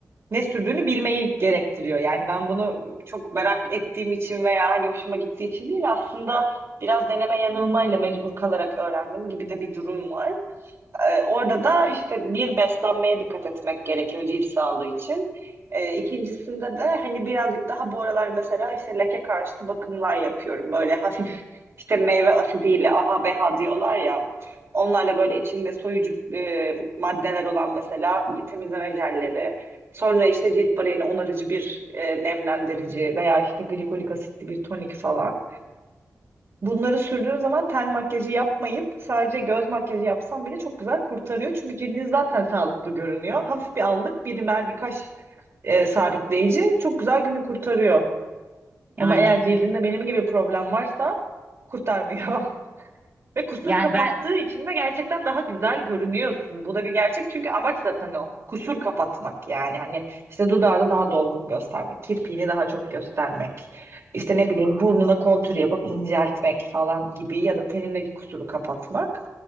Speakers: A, on the right; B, on the right.
A: ne sürdüğünü bilmeyi gerektiriyor. Yani ben bunu çok merak ettiğim için veya hani hoşuma gittiği için değil aslında biraz deneme yanılmayla mecbur kalarak öğrendim gibi de bir durum var. Ee, orada da işte bir beslenmeye dikkat etmek gerekiyor cilt sağlığı için. Ee, ikincisinde de hani birazcık daha bu aralar mesela işte leke karşıtı bakımlar yapıyorum. Böyle hafif işte meyve asidiyle AHA BHA diyorlar ya. Onlarla böyle içinde soyucu e, maddeler olan mesela temizleme jelleri. Sonra işte cilt bariyeri onarıcı bir e, nemlendirici veya işte glikolik asitli bir tonik falan. Bunları sürdüğün zaman ten makyajı yapmayıp sadece göz makyajı yapsan bile çok güzel kurtarıyor. Çünkü cildin zaten sağlıklı görünüyor. Hafif bir allık, bir rimel, bir kaş e, sabitleyici çok güzel günü kurtarıyor.
B: Yani
A: Ama eğer cildinde benim gibi problem varsa kurtarmıyor. <laughs> Ve kusur
B: yani
A: kapattığı
B: ben
A: için de gerçekten daha güzel görünüyorsun. Bu da bir gerçek çünkü amaç zaten o. Kusur kapatmak yani hani işte dudağını daha dolgun göstermek, kirpiğini daha çok göstermek, işte ne bileyim burnuna kontür yapıp inceltmek falan gibi ya da tenindeki kusuru kapatmak.